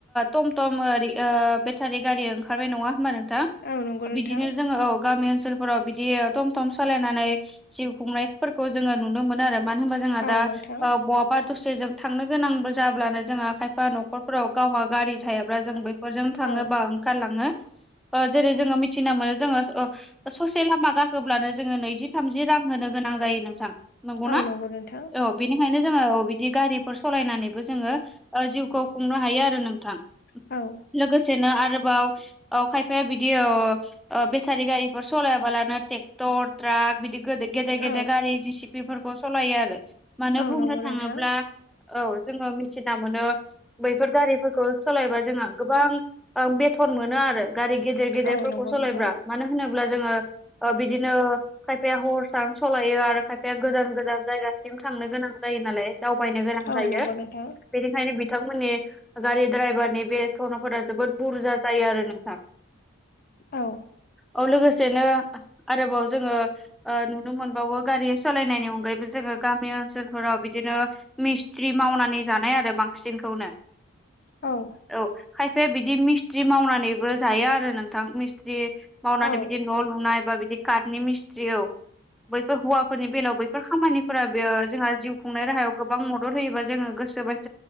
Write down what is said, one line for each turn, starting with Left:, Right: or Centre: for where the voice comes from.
Centre: टम टम बेटारि गारि ओं ओंखारबाय नङा होमबा नोंथां
Left: औ नंगौ नोंथां
Centre: बिदिनो जोङो औ गामि ओनसोलफोराव बिदि थम थम सालायनानै जिउ खुंनायफोरखौ जोङो नुनो मोनो आरो मानो होनबा जोंहा
Left: औ
Centre: दा
Left: नोंथां
Centre: बहाबा दसे जों थांनो गोनांबो जाब्लानो जोंहा खायफा न'खर फोराव गावहा गारि थायाब्ला जों बेफोरजों थाङो
Left: औ
Centre: बा ओंखारलाङो ओ जेरै जोङो मिथिना मोनो जोङो ससे लामा गाखोब्लानो जोङो नैजि थामजि रां होनो गोनां जायो नोंसां नंगौना
Left: औ नंगौ नोंथां
Centre: औ बिनि खायनो जोङो बिदि गारिफोर सालायनानैबो जोङो जिउखौ खुंनो हायो आरो नोंथां।
Left: औ
Centre: लोगोसेनो आरोबाव खायफाया बिदि अ बेटारि गारिफोर सलायाबालानो ट्रेक्टर ट्राक बिदि गेदेर गेदेर
Left: औ
Centre: गारि जिसिपिफोरखौ सालायो आरो मानो
Left: औ
Centre: बुंनो
Left: नंगौ नोंथां
Centre: थाङोब्ला औ जोङो मिथिना मोनो बैफोर गारिफोरखौ सालायबा जोंहा गोबां बे थन मोनो आरो गारि गेदेर गेदेरफोरखौ
Left: औ नंगौ
Centre: सालायब्ला
Left: नोंथां
Centre: मानो होनोब्ला जोङो बिदिनो खायफाया हरसानो सालायो आरो खायफाया गोजान गोजान जायगासिम थांनो गोनां जायो नालाय दावबायनो गोनां
Left: औ
Centre: जायो।
Left: नंगौ नोंथां
Centre: बेनिखायनो बिथांमोननि गारि दड्रायभारनि बेथनाफोरा जोबोद बुरजा जायो आरो नोंथां
Left: औ
Centre: औ लोगोसेनो आरोबाव जोङो ओ नुनो मोनबावो गारि सालायनायनि अनगायैबो जोङो गामि ओनसोलफोराव बिदिनो मिस्ट्रि मावनानै जानाय आरो बांसिनखौनो
Left: औ
Centre: औ खायफाया बिदि मिस्थ्रि मावनानैबो जायो आरो नोंथां मिस्थ्रि मावनानै
Left: औ
Centre: बिदि न' लुनाय बा बिदि कार्टनि मिस्ट्रियाव बैफोर हौवाफोरनि बेलायाव बैफोर खामानि फोर बेयो जोंहा जिउ खुंनाय राहायाव गोबां मदद होयोबा जोङो गोसोबाय दा